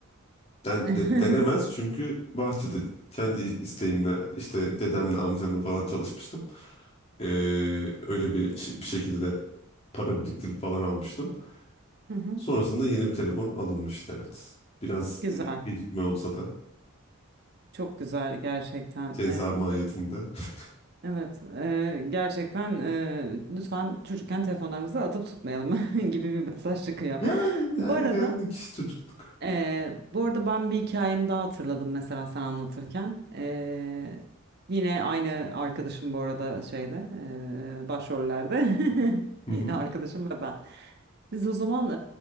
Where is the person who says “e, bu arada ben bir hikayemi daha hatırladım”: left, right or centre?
Right